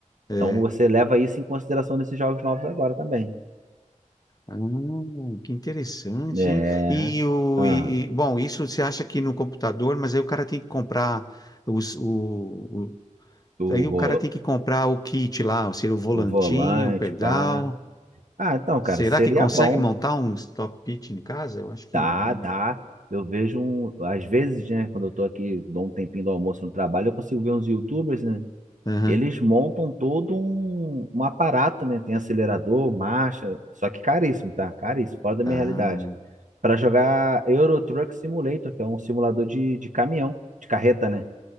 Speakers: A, on the left; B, on the right.
A: é.
B: Então você leva isso em consideração nesses jogos novos agora também.
A: Ah, que interessante,
B: É.
A: hein? E o
B: Ah,
A: e- e- bom, isso você acha que no computador, mas aí o cara tem que comprar os, o, o-
B: o,
A: aí o
B: vo-
A: cara tem que comprar o kit lá, ou seja, o volantinho,
B: o volante,
A: o pedal.
B: pá. Ah, então, cara,
A: Será
B: seria
A: que consegue
B: bom.
A: montar um stop pitch em casa? Eu acho que
B: Dá,
A: não, né?
B: dá. Eu vejo, um, às vezes, né, quando eu tô aqui, dou um tempinho do almoço no trabalho, eu consigo ver uns YouTubers, né?
A: Aham.
B: Eles montam todo um, um aparato, né? Tem acelerador, marcha, só que caríssimo, tá? Caríssimo, fora da
A: Ah,
B: minha realidade. para jogar Euro Truck Simulator, que é um simulador de, de caminhão, de carreta, né?